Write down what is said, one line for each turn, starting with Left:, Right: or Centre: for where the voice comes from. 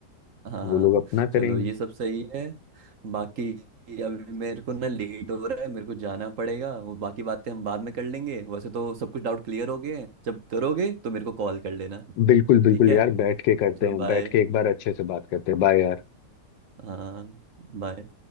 Right: हाँ
Left: वो
Right: हाँ,
Left: लोग अपना करेंगे
Right: चलो ये सब सही है बाकी अभी मेरे को ना लेट हो रहा है मेरे को जाना पड़ेगा वो बाकी बातें हम बाद में कर लेंगे वैसे तो सब कुछ डाउट क्लियर हो गए हैं जब करोगे तो मेरे को कॉल कर लेना
Left: बिल्कुल बिल्कुल
Right: ठीक है
Left: यार बैठ के करते
Right: चलो
Left: हैं
Right: बाय
Left: बैठ के एक बार अच्छे से बात करते हैं बाय यार
Right: हाँ बाय